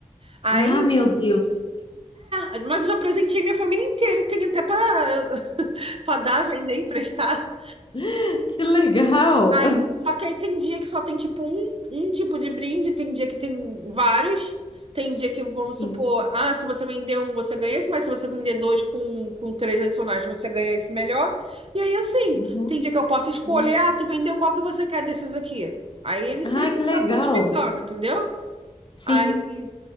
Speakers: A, on the right (about 50°); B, on the left (about 40°).
A: Aí,
B: Ah, meu Deus,
A: é, mas eu já presenteei minha família inteira. E tenho até pra, <laughs> pra dar, vender, emprestar.
B: <laughs> que legal.
A: Aí, só que aí tem dia que só tem tipo um, um tipo de brinde, tem dia que tem vários. Tem dia que, vamos
B: Sim.
A: supor, ah, se você vender um, você ganha esse, mas se você vender dois com, com três adicionais, você ganha esse melhor. E aí, assim,
B: Uhum,
A: tem dia que eu posso escolher,
B: uhum.
A: ah, tu vendeu qual que você quer desses aqui. Aí ele
B: Ah,
A: sempre
B: que
A: tá
B: legal.
A: modificando, entendeu?
B: Sim.
A: Aí,